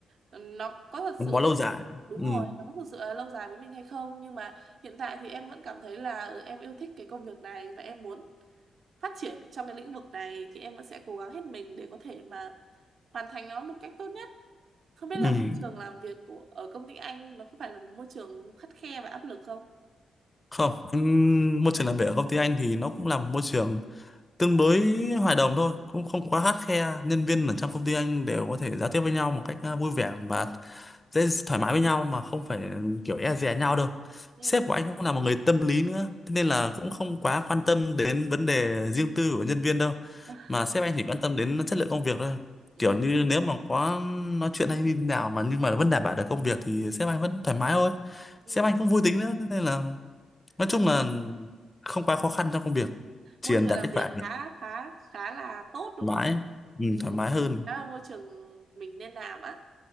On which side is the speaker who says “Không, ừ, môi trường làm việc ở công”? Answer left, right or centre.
Left